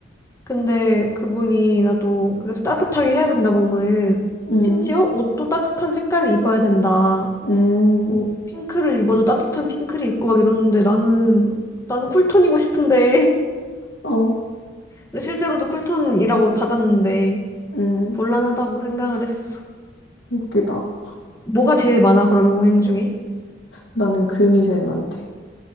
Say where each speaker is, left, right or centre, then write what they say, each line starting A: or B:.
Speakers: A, on the left; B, on the left.
A: 근데 그분이 나도, 그래서 따뜻하게 해야 된다, 몸을.
B: 응,
A: 심지어 옷도 따뜻한 색깔을 입어야 된다.
B: 응,
A: 뭐, 핑크를 입어도 따뜻한 핑크를 입고 막 이러는데 나는, 나는 쿨톤이고 싶은데.
B: 어,
A: 근데 실제로도 쿨톤이라고 받았는데
B: 응.
A: 곤란하다고 생각을 했어.
B: 웃기다.
A: 뭐가 제일 많아, 그러면 오행 중에?
B: 나는 금이 제일 많대.